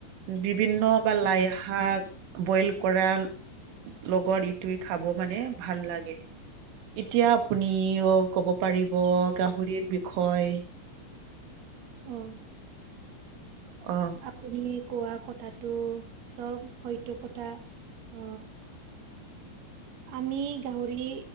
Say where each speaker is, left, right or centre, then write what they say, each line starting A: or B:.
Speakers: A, on the right; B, on the right.
A: বিভিন্ন বা লাইশাক বইল কৰা লগত ইটোৱে খাব মানে ভাল লাগে এতিয়া আপুনি অ ক'ব পাৰিব গাহৰিৰ বিষয়
B: অহ
A: অ
B: আপুনি কোৱা কথাটো চব হয়তো কথা অ আমি গাহৰি